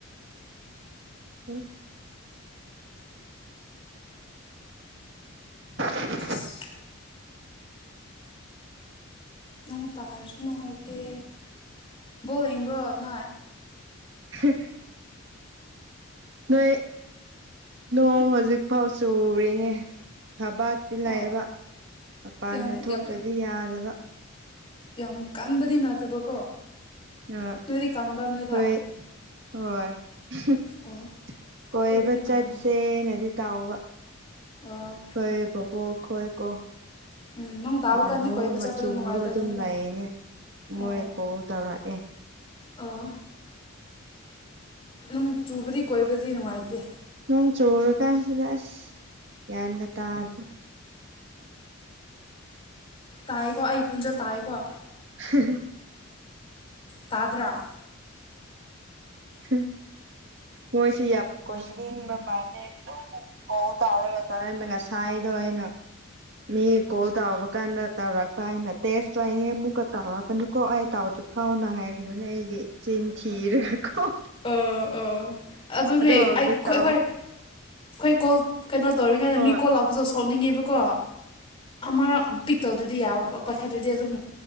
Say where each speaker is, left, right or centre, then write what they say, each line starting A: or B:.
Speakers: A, on the right (about 60°); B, on the left (about 25°).
A: ꯎꯝ <unintelligible>
B: ꯑꯁ ꯅꯣꯡ ꯇꯥꯔꯁꯨ ꯅꯨꯡꯉꯥꯏꯇꯦ ꯕꯣꯜ ꯌꯦꯡꯕ꯭ꯔꯣ ꯅꯣꯏ
A: <unintelligible> ꯅꯣꯏ ꯅꯣꯡ ꯍꯧꯖꯤꯛꯐꯥꯎ ꯆꯨꯔꯤꯅꯦ ꯍꯥꯕꯠ ꯁꯤ ꯂꯥꯛꯑꯕ
B: ꯑꯣ
A: ꯃꯄꯥꯟꯒ
B: ꯌꯥꯝ
A: ꯊꯣꯛꯇ꯭ꯔꯗꯤ
B: ꯌꯥꯝ
A: ꯌꯥꯗꯕ
B: ꯌꯥꯝ ꯀꯟꯕꯗꯤ ꯅꯠꯇꯕꯀꯣ
A: ꯑ
B: ꯅꯣꯏꯗꯤ ꯀꯟꯕ꯭ꯔꯥ ꯅꯣꯏꯗ
A: ꯍꯣꯏ ꯍꯣꯏ <unintelligible>
B: ꯑꯣ ꯑꯩꯈꯣꯏꯗꯗꯤ
A: ꯀꯣꯏꯕꯆꯠꯁꯦ
B: ꯀꯟꯗꯦ
A: ꯅꯗꯤ ꯇꯥꯎꯕ
B: ꯑꯥ
A: ꯈꯣꯏ ꯕꯣꯕꯣꯛ ꯈꯣꯏ ꯀꯣ
B: ꯎꯝ ꯅꯨꯡ ꯇꯥꯕ
A: ꯑꯗꯨꯒ
B: ꯀꯥꯟꯗꯤ
A: ꯅꯣꯡꯒ
B: ꯀꯣꯏꯕ ꯆꯠꯄꯗꯣ
A: ꯆꯨꯔꯒ
B: ꯅꯨꯡꯉꯥꯏꯇꯕꯅꯤꯗ
A: ꯑꯗꯨꯝ ꯂꯩꯌꯦꯅꯦ ꯃꯣꯏ
B: ꯑꯣ
A: ꯀꯣꯜ ꯇꯔꯥꯛꯑꯦ
B: ꯑꯣ ꯅꯣꯡ ꯆꯨꯕꯗꯤ ꯀꯣꯏꯕꯗꯤ ꯅꯨꯡꯉꯥꯏꯇꯦ
A: ꯅꯣꯡ ꯆꯨꯔꯀꯥꯟꯁꯤꯗ ꯑꯁ ꯒꯌꯥꯟꯒ ꯇꯥꯗꯦ
B: ꯇꯥꯏꯀꯣ ꯑꯩ ꯈꯣꯟꯖꯦꯜ ꯇꯥꯏꯀꯣ
A: <unintelligible>
B: ꯇꯥꯗ꯭ꯔꯥ
A: ꯍꯨꯝ ꯃꯣꯏꯁꯤ ꯌꯥꯝ ꯀꯣꯏꯅꯤꯡꯕ ꯃꯥꯜꯂ ꯑꯣ ꯇꯧꯔꯒ <unintelligible> ꯁꯥꯏꯗꯣ ꯑꯩꯅ ꯃꯤ ꯀꯣꯜ ꯇꯧꯕ ꯀꯥꯟꯗ ꯇꯧꯔꯛꯄ ꯇꯦꯁ ꯍꯥꯌꯦꯡ ꯃꯨꯛꯀ ꯇꯧꯔꯛꯀꯅꯨꯀꯣ ꯑꯩ ꯇ ꯐꯥꯎꯅ ꯍꯥꯏꯈ꯭ꯔꯕꯅꯤ ꯑꯩꯒꯤ ꯆꯤꯟ ꯊꯤꯔꯥꯒꯀꯣ <unintelligible>
B: ꯑꯣ ꯑꯣ ꯑꯗꯨꯅꯦ ꯑꯩ
A: ꯍꯧꯖꯤꯛ
B: ꯑꯩꯈꯣꯏ
A: ꯇꯥꯎ
B: ꯑꯩꯈꯣꯏ ꯀꯣꯜ ꯀꯩꯅꯣ ꯇꯧꯔꯤꯉꯥꯏꯗ
A: ꯍꯣꯏ
B: ꯃꯤ ꯀꯣꯜ ꯂꯥꯛꯄꯗ ꯁꯣꯛꯅꯤꯡꯉꯦꯕꯀꯣ ꯑꯃ ꯄꯤꯛ ꯇꯧꯗ꯭ꯔꯗꯤ ꯌꯥ ꯄꯥꯏꯈꯠꯇ꯭ꯔꯗꯤ ꯑꯗꯨꯝ